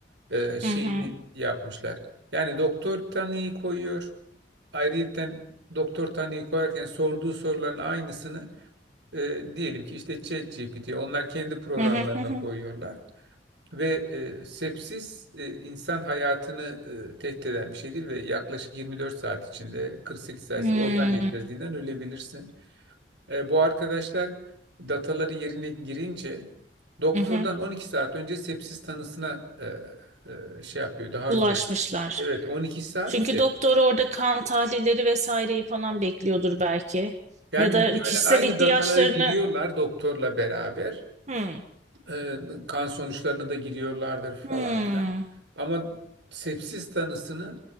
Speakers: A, on the right; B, on the right.
A: e, şeyini
B: Hı hı.
A: yapmışlar. Yani doktor tanıyı koyuyor. Ayrıyeten doktor tanıyı koyarken sorduğu soruların aynısını e, diyelim ki işte ChatGPT onlar kendi programlarına
B: Hı hı. Hı hı.
A: koyuyorlar. Ve e, sepsis e, insan hayatını e, tehdit eden bir şeydir ve yaklaşık 24 saat içinde 48 saat
B: Hmm.
A: içinde organ yetmezliğinden ölebilirsin. E, bu arkadaşlar dataları yerine girince doktordan
B: Hı hı.
A: 12 saat önce sepsis tanısına e, e, şey yapıyor daha
B: Ulaşmışlar.
A: önce. Evet 12 saat
B: Çünkü
A: de
B: doktor orada kan tahlilleri vesaireyi falan bekliyordur belki.
A: Yani
B: Ya
A: muhtemelen
B: da kişisel
A: aynı
B: ihtiyaçlarını.
A: dataları giriyorlar doktorla beraber.
B: Hmm.
A: Ee, kan sonuçlarını da giriyorlardır falan
B: Hmm.
A: filan. Ama sepsis tanısını